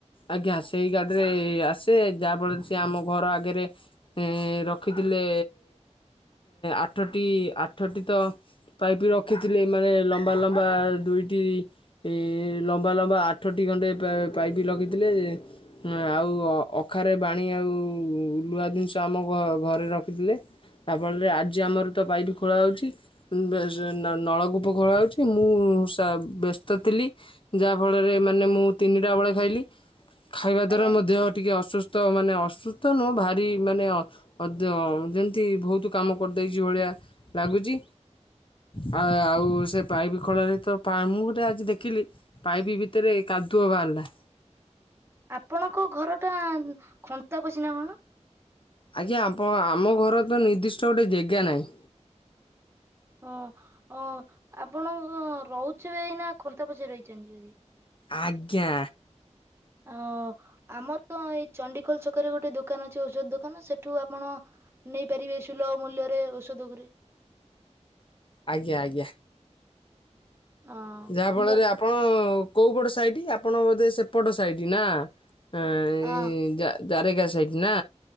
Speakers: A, on the left; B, on the right.
A: ଆଜ୍ଞା ସେଇ ଗାଡିରେ ଆସେ ଯାହା ଫଳରେ ସିଏ ଆମ ଘର ଆଗରେ ରକ୍ ରଖିଥିଲେ ଆଠଟି ଆଠଟି ତ ପାଇପ୍ ରଖିଥିଲେ ମାନେ ଲମ୍ବା ଲମ୍ବା ଦୁଇଟି ଏ ଲମ୍ବା ଲମ୍ବା ଆଠଟି ଖଣ୍ଡେ ପାଇପ ଲକିଥିଲେ। ଆଉ ଅଖାରେ ବାଣି ଆଉ ଲୁହା ଜିନିଷ ଆମ ଘରେ ରଖିଥିଲେ ତା ଫଳରେ ଆଜି ଆମର ତ ପାଇପ୍ ଖୋଳା ହୋଉଚି ବେସ୍ ନଳକୂପ ଖୋଳା ହଉଚି ମୁଁ ସା ବ୍ୟସ୍ତ ଥିଲି। ଯାହାଫଳରେ ମାନେ ମୁଁ ତିନିଟା ବେଳେ ଖାଇଲି। ଖାଇବା ଦ୍ଵାରା
B: ଆଜ୍ଞା ଆଜ୍ଞା
A: ମୋ ଦେହ ଟିକେ ଅସୁସ୍ଥ ମାନେ ଅସୁସ୍ଥ ନୁହଁ ଭାରି ମାନେ ଅଦ ଯେମିତି ବହୁତ କାମ କରିଦେଇଛି ଭଳିଆ ଲାଗୁଚି। ଆ ଆଉ ସେ ପାଇପ୍ ଖୋଳାରେ ତ ମୁଁ ଗୋଟେ ଆଜି ଦେଖିଲି ପାଇପି ଭିତରେ କାଦୁଅ ବାହାରିଲା।
B: ଆପଣଙ୍କ ଘର ଟା ଖନ୍ତା ପଶିନା କଣ
A: ଆଜ୍ଞା ଆପ ଆମ ଘର ତ ନିର୍ଦ୍ଦିଷ୍ଟ ଗୋଟେ ଜେଗା ନାହିଁ।
B: ହ ଅ ଆପଣ ରହୁଥିବେ ଖନ୍ତା ପଶିରେ ରହିଚନ୍ତି।
A: ଆଜ୍ଞା।
B: ଅ ଆମର ତ ଏଇ ଚଣ୍ଡୀଖୋଲ ଛକରେ ଗୋଟେ ଦୋକାନ ଅଛି ଔଷଧ ଦୋକାନ ସେଠୁ ଆପଣ ନେଇପାରିବେ ସୁଲଭ ମୂଲ୍ୟରେ ଔଷଧ ଗୁରେ।
A: ଆଜ୍ଞା ଆଜ୍ଞା।
B: ହଁ
A: ଯାହା ଫଳରେ
B: ମୁଁ
A: ଆପଣ କୋଉ ପଟ ସାଇଟ ଆପଣ ବୋଧେ ସେପଟ ସାଇଟ ନା। ଏଁ ଏଁଇ
B: ହଁ
A: ଜାରେକା ସାଇଟ ନା।